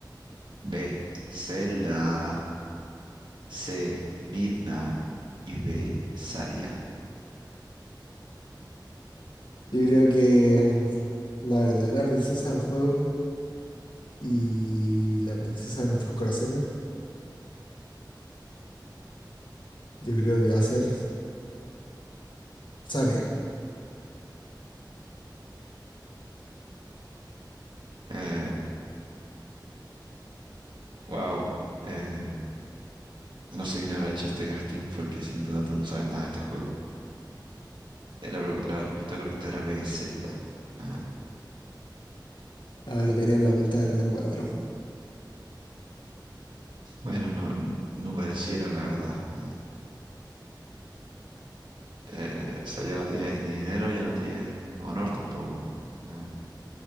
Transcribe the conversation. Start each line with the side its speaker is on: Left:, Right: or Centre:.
Right: B. Zelda. C. Midna. Y D. Saria.
Left: Yo creo que la verdadera princesa del juego Y la princesa de nuestros corazones, yo creo que va a ser Zarya.
Right: Eh, wow. Eh, no sé quién habrá hecho este casting porque sin duda tú no sabes nada de este juego. Eh, La, ro- la respuesta correcta era B. Zelda. Ah,
Left: Ah, lo tenía en la punta de la lengua, te lo juro.
Right: bueno, no, no pareciera, la verdad. Eh, eh, o sea, ya no tienes ni dinero, ya no tienes honor tampoco. Eh,